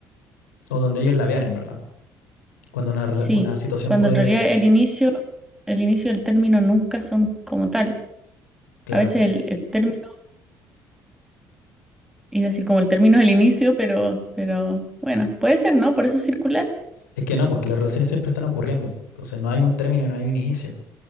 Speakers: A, on the left (about 85°); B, in the centre.
A: o donde ellos la vean en verdad, cuando una, rela-
B: sí,
A: una situación
B: cuando
A: puede,
B: en realidad el inicio, el inicio y el término nunca son como tal.
A: claro,
B: A veces el, el término, iba a decir como el término es el inicio, pero, pero bueno, puede ser, ¿no? Por eso es circular.
A: Es que no, porque las relaciones siempre están ocurriendo, po. Entonces no hay un término y no hay un inicio.